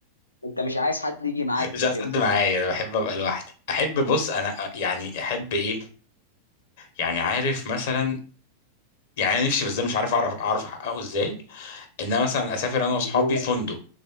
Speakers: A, on the left; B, on the left.
A: انت مش عايز حد يجي معاك
B: مش عايز
A: كده
B: حد معايا انا بحب ابقى لوحدي احب بص انا يعني احب ايه يعني عارف مثلا يعني انا نفسي بس ده مش عارف اعرف اعرف احققه ازاي ان انا مثلا اسافر انا
A: اللي
B: واصحابي
A: هو
B: فندق